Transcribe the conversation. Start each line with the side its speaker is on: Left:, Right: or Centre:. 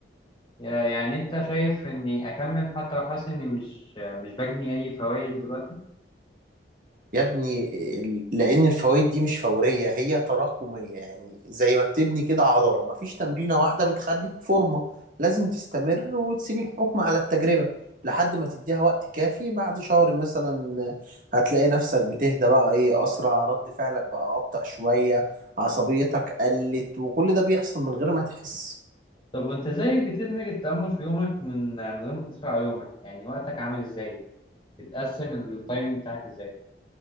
Left: يا- يعني انت شايف اني اكمل حتى لو حاسس اني مش مش بجني اي فوائد دلوقتي
Right: يا ابني ال- لان الفوائد دي مش فوريه هي تراكميه يعني زي ما بتبني كده عضله مفيش تمرينه واحده بتخليك فورمه لازم تستمر وتسيب الحكم على التجربه لحد ما تديها وقت كافي بعد شهر مثلا هتلاقي نفسك بتهدى بقى ايه اسرع رد فعلك بقى ابطأ شويه عصبيتك قلت وكل ده بيحصل من غير ما تحس
Left: طب وانت ازاي بتدمج التأمل في يومك من من غير ما تأثر على يومك يعني وقتك عامل ازاي بتقسم التايم بتاعك ازاي